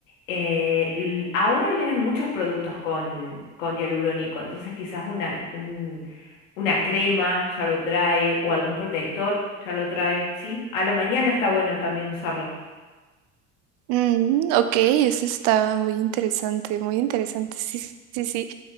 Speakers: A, on the left; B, on the right.
A: Eh, l- ahora vienen muchos productos con, con hialurónico, entonces quizás una, un- una crema ya lo trae o algún protector ya lo trae, ¿sí? A la mañana está bueno también usarlo.
B: Mm, ok, eso está muy interesante, muy interesante. Sí, sí, sí.